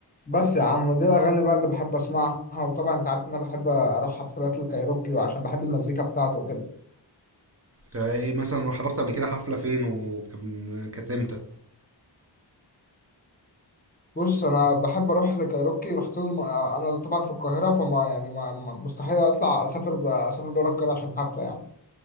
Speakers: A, on the left; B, on the right.
A: بس يا عم دي الأغاني بقى اللي بحب أسمعها وطبعا أنت عارف إن أنا بحب أروح حفلات الكايروكي وعشان بحب المزيكا بتاعته وكده
B: يعني مثلا راح حضرت قبل كده حفلة فين وكان كانت امتى
A: بص أنا بحب أروح لكايروكي رحت له الم- أنا طبعا في القاهرة فما يعني ما ما- مستحيل أطلع أسافر ب- أسافر بره القاهرة عشان حفلة يعني